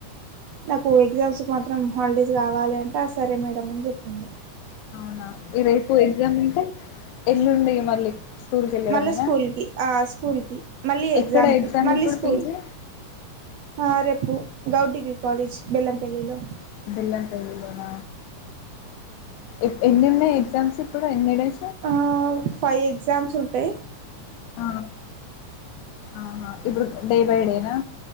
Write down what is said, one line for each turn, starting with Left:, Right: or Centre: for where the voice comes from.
Right: నాకు ఎగ్జామ్స్ కు మాత్రం హాలిడేస్ కావాలే అంటే, సరే మేడం అని చెప్పింది.
Left: అవునా ఈ రేపు ఎగ్జామ్ ఉంటే ఎల్లుండి మళ్ళీ స్కూల్కి వెళ్ళడమేనా
Right: మళ్ళి స్కూల్ కి ఆఁ స్కూల్ కి మళ్ళీ ఎగ్జామ్
Left: ఎక్కడ
Right: కి మళ్ళీ
Left: ఇప్పుడు
Right: స్కూల్
Left: పీజీ
Right: ఆ రేపు గౌడ్ డిగ్రీ కాలేజ్ బెల్లంపల్లిలో
Left: బెల్లంపల్లిలోన ఇప్ ఎన్నిన్నై ఎక్జామ్స్ ఇప్పుడు ఎన్ని డేస్
Right: ఆఁ ఫైవ్ ఎగ్జామ్స్ ఉంటయి
Left: ఆఁ ఆ హఁ ఇప్పుడు డే బై డే నా!